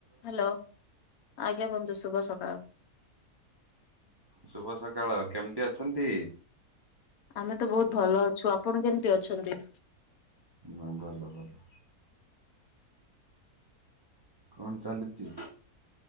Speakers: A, on the left; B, on the right.
A: Hello, ଆଜ୍ଞା ବନ୍ଧୁ ଶୁଭ ସକାଳ।
B: ଶୁଭ ସକାଳ। କେମିତି ଅଛନ୍ତି?
A: ଆମେ ତ ବହୁତ ଭଲ ଅଛୁ। ଆପଣ କେମିତି ଅଛନ୍ତି?
B: ହ ଭଲ ଭଲ <inaudible> କଣ ଚାଲିଛି?